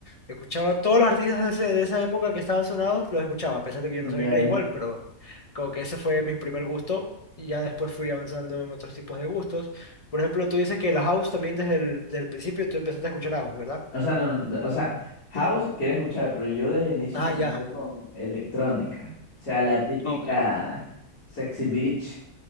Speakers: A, on the left (about 30°); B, on the left (about 80°).
A: Escuchaba todos los artistas de, ese- de esa época que estaban sonados, los escuchaba, a pesar de que yo
B: ya,
A: no sabía inglés
B: ya.
A: igual, pero como que ese fue mi primer gusto y ya después fui avanzando en otros tipos de gustos. Por ejemplo, tú dices que la house también desde el del principio tú empezaste a escuchar house, ¿verdad?
B: O sea, no, no, o sea, House
A: <clears throat>
B: quiere escuchar, pero yo desde el inicio
A: Ah,
B: comencé
A: ya,
B: con electrónica. O sea, la típica
A: Ok.
B: Sexy Beach